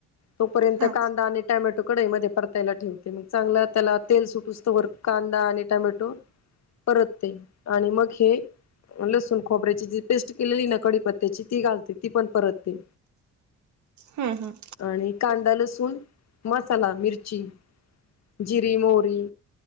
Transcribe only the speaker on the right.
हा
हम्, हम.